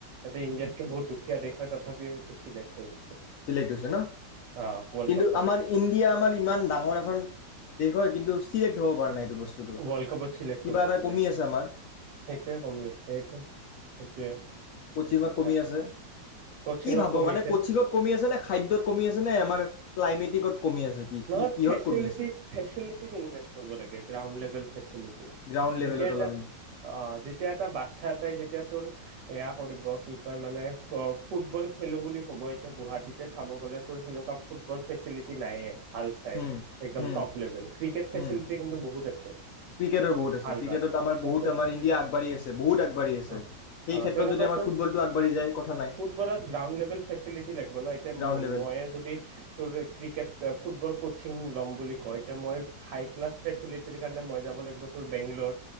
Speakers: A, on the right; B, on the left.
A: এতিয়া ইণ্ডিয়াত কে বহুত দুখ সুকীয়া দেশ হয় তথাপিও সহজতে চিলেক্ট হৈ গৈছে।
B: চিলেক্ট হৈছে ন
A: অ ৱৰ্ল্ড
B: কিন্তু
A: কাপত
B: আমাৰ ইণ্ডিয়া আমাৰ ইমান ডাঙৰ এখন দেশ হয় কিন্তু চিলেক্ট হ'ব পাৰা নাই এইটো বস্তুটো
A: ৱৰ্ল্ড কাপত চিলেক্ট
B: কিবা
A: হ'ব
B: এটা
A: পৰা
B: কমি
A: নাই।
B: আছে
A: সেইটোৱে
B: আমাৰ
A: কমি আছে সেইটোৱে, সেইটোৱে
B: কোচিঙত কমি আছে
A: কচিঙত
B: কি ভাব
A: কমি
B: মানে
A: আছে।
B: কচিঙত কমি খাদ্যত কমি আছে ন আমাৰ ক্লাইমেটিকত কমি আছে
A: নহয়
B: কিহত
A: ফেচিলিটি
B: কমি আছে
A: ফেচিলিটিত ইনভেষ্ট কৰিব লাগে গ্ৰাউণ্ড লেভেল ি
B: গ্ৰাউণ্ড লেভেলত
A: যেতিয়া এটা
B: অলপ
A: অ যেতিয়া এটা বাচ্ছা এটাই যেতিয়া তোৰ এয়া কৰিব কি কয় মানে ফুটবল খেলো বুলি ক'ব এতিয়া গুৱাহাটীতে চাব গ'লেতোৰ সেনেকুৱা ফুটবল ফেচিলিটি নাইে ভাল চাই
B: হুম
A: একদম
B: হুম
A: টপ লেভেল ক্ৰিকেট ফেচিলিটি
B: হুম
A: কিন্তু বহুত এ
B: ক্ৰিকেটৰ বহুত আছে ক্ৰিকেটত আমাৰ বহুত আমাৰ ইণ্ডিয়া আগবাঢ়ি আছে বহুত আগবাঢ়ি আছে সেই ক্ষেত্ৰত যদি আমাৰ ফুটবলটো
A: ম
B: আগবাঢ়ি যায় কথা নাই গ্ৰাউণ্ড লেভেল
A: কচিং ল'ম বুলি কয় এতিয়া মই হাইক্লাছ ফেচিলিটি সেইটো কাৰণে মই যাব লাগিব তোৰ বেংগলৰ